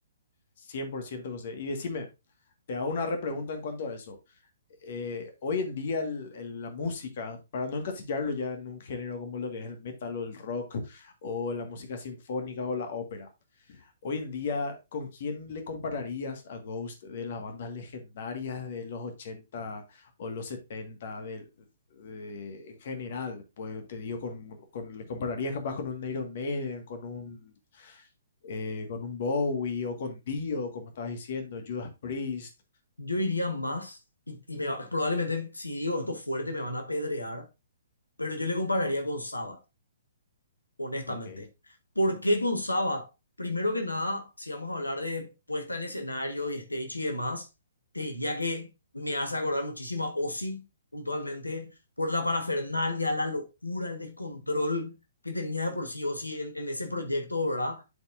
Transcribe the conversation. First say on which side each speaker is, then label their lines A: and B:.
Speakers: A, on the left; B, on the left.
A: cien por ciento José. Y decime, te hago una repregunta en cuanto a eso. Eh, hoy en día el- el- la música, para no encasillarlo ya en un género como lo que es el metal o el rock o la música sinfónica o la ópera, Hoy en día, ¿con quién le compararías a Ghost de las bandas legendarias de los 80 o los 70, de, de- en general? Pues te digo, con, con- le compararías capaz con un Iron Maiden, con un, eh, con un Bowie o con Dio, como estabas diciendo, Judas Priest.
B: Yo iría más, y, y me probablemente si digo esto fuerte me van a apedrear, pero yo le compararía con Sabbath. honestamente.
A: Ok.
B: ¿Por qué con Sabbath Primero que nada, si vamos a hablar de puesta en escenario y stage y demás, te diría que me hace acordar muchísimo a Ozzy, puntualmente, por la parafernalia, la locura, el descontrol que tenía de por sí Ozzy en, en ese proyecto, ¿verdad?